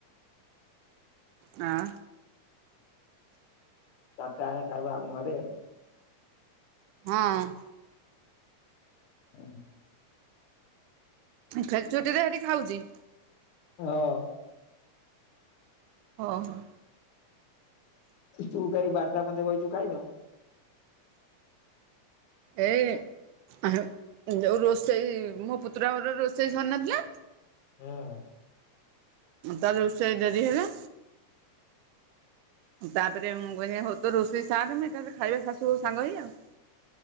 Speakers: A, on the right (about 85°); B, on the left (about 80°).
A: ହଁ।
B: ଚାରିଟା ବେଳେ ଖାଇବ ଆମ ଘରେ ଆଉ।
A: ହଁ।
B: ହୁଁ।
A: ଖେଳ ଛୁଟିରେ ହେଟି ଖାଉଚି?
B: ହଁ।
A: ଓହୋ।
B: ତୁ କାଇଁ ବାରଟା ପର୍ଯ୍ୟନ୍ତ ବଇଚୁ ଖାଇନୁ?
A: ଏଇ ଯୋଉ ରୋଷେଇ ମୋପୁତୁରା ବୋଉର ରୋଷେଇ ସରିନଥିଲା
B: ହଁ।
A: ତାର ରୋଷେଇ ଡେରି ହେଲା ତାପରେ ମୁଁ କହିନି ହଉତୁ ରୋଷେଇ ସାରେ ମୁଁ ଏକାଥରେ ଖାଇବା ଶାଶୁ ବୋହୁ ସାଙ୍ଗ ହେଇ ଆଉ।